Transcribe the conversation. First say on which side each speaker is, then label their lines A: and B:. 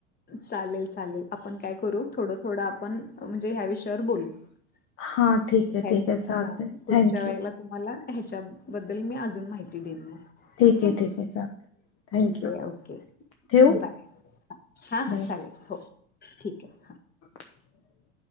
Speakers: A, on the left; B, on the left.
A: चालेल चालेल आपण काय करू थोडं थोडं आपण म्हणजे ह्या विषयावर बोलू
B: हा
A: हं
B: ठीक आहे ठीक आहे चालते
A: हा पुढच्या
B: थँक्यू
A: वेळेला तुम्हाला ह्याच्या बद्दल मी अजून माहिती देईन मग
B: ठीक
A: ओके
B: आहे ठीक आहे चाल थँक
A: ठीक
B: यू
A: आहे ओके
B: ठेवू?
A: बाय हां हां
B: बाय
A: चालेल हो ठीक आहे हां.
B: <unintelligible>